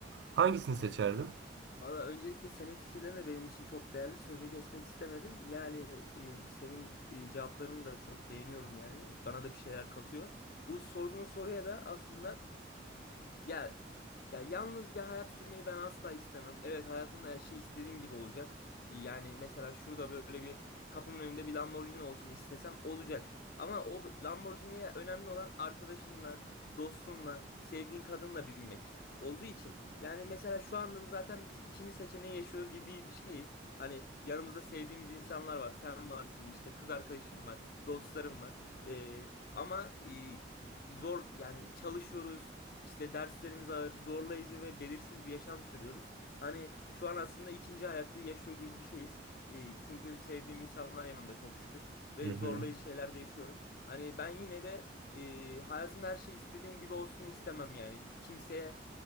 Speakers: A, on the right; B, on the left.
A: Hangisini seçerdin?
B: Valla öncelikle senin fikirlerin de benim için çok değerli. Sözünü kesmek istemedim. Yani e, senin e, cevaplarını da çok beğeniyorum yani. Bana da bir şeyler katıyor. Bu sorduğun soruya da aslında ya ya yalnız bir hayat sürmeyi ben asla istemem. Evet hayatında her şey istediğin gibi olacak. Yani mesela şurada böyle bir kapımın önünde bir Lamborghini olsun istesem olacak. Ama o Lamborghini'ye önemli olan arkadaşınla, dostunla, sevdiğin kadınla binmek olduğu için. Yani mesela şu anda da zaten biz ikinci seçeneği yaşıyoruz gibi bir şeyiz. Hani yanımızda sevdiğimiz insanlar var. Sen varsın işte kız arkadaşım var, dostlarım var. Ee, ama e, zor yani çalışıyoruz işte derslerimiz ağır, zorlayıcı ve belirsiz bir yaşam sürüyoruz. Hani şu an aslında ikinci hayatı yaşıyor gibi bir şeyiz. Ee, çünkü sevdiğim insanlar yanımda çok şükür ve
A: Hı
B: zorlayıcı
A: hı.
B: şeyler de yaşıyorum. Hani ben yine de e, hayatımda her şey istediğim gibi olsun istemem yani. Kimseyle